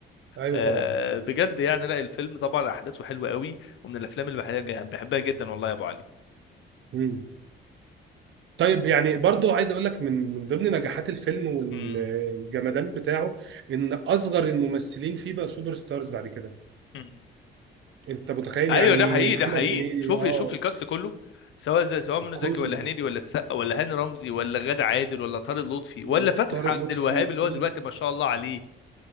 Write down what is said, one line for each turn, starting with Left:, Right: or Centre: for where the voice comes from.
Right: ايوه
Left: آه،
Right: طبعا
Left: بجد يعني لا الفيلم طبعا احداثه حلوه قوي ومن الافلام اللي بحب- بحبها جدا والله يا ابو علي
Right: مم. طيب يعني برضو عايز اقول لك من من ضمن نجاحات الفيلم والجمدان
Left: مم.
Right: بتاعه ان اصغر الممثلين فيه بقى سوبر ستارز بعد كده
Left: مم.
Right: انت متخيل
Left: ايوه
Right: يعني
Left: ده حقيقي
Right: محمد
Left: ده حقيقي
Right: هنيدي
Left: شوف
Right: اه
Left: شوف الكاست كله سواء زي سواء منى
Right: كله
Left: زكي ولا هنيدي ولا السقا ولا هاني رمزي ولا غادة عادل ولا طارق لطفي
Right: وطارق
Left: ولا فتحي عبد
Right: لطفي
Left: الوهاب
Right: وكل
Left: اللي هو دلوقتي ما شاء الله عليه